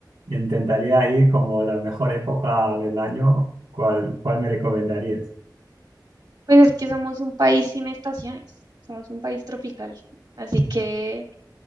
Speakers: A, on the right; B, on the right.
A: intentaría ir como la mejor época del año. ¿Cuál, cuál me recomendarías?
B: pues es que somos un país sin estaciones, somos un país tropical, así que